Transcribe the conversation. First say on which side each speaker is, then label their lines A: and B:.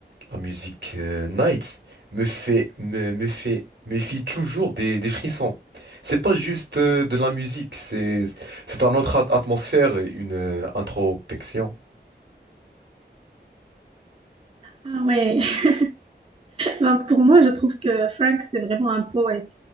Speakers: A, on the right (about 70°); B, on the right (about 30°).
A: la musique euh, Nights me fait me, me fait me fait toujours des, des frissons. C'est pas juste euh, de la musique, c'est c'est un autre at- atmosphère, et une euh, introspection.
B: Ah ouais, <laughs> Ben, pour moi, je trouve que Frank, c'est vraiment un poète